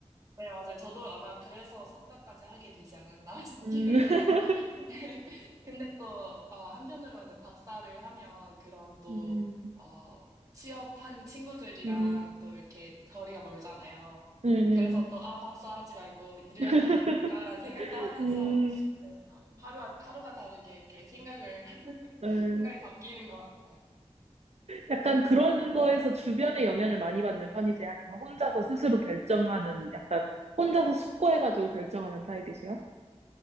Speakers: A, on the right; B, on the right.
A: 네, 맞아요. 저도 아마 그래서 석사까지 하게 되지 않았나 <laughs> 싶기도
B: 음,
A: 해요.
B: <laughs>
A: <laughs> 근데 또, 어, 한편으로는 박사를 하면 그런 또,
B: 음,
A: 어, 취업한 친구들이랑
B: 음,
A: 또 이렇게 거리가 멀잖아요.
B: 네네.
A: 그래서 또, 아, 박사 하지 말고 일을
B: <laughs>
A: 한번 해볼까라는 <laughs> 생각도 하면서,
B: 음,
A: 네, 하- 하루, 하루가 다르게 이렇게 생각을, <laughs>
B: 네.
A: 생각이 바뀌는 것 같아요.
B: 약간 그런 거에서 주변의 영향을 많이 받는 편이세요? 아니면 혼자서 스스로 결정하는, 약간 혼자서 숙고해가지고 결정하는 타입이세요?